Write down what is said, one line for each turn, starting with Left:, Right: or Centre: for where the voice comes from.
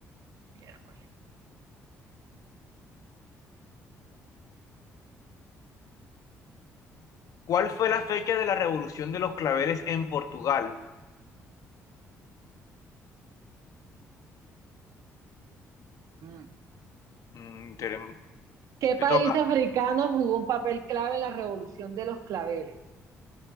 Right: Miércoles.
Left: ¿Cuál fue la fecha de la revolución de los claveles en Portugal?
Right: Mm.
Left: Mm, tenem-
Right: ¿Qué país
Left: te toca.
Right: africano jugó un papel clave en la revolución de los claveles?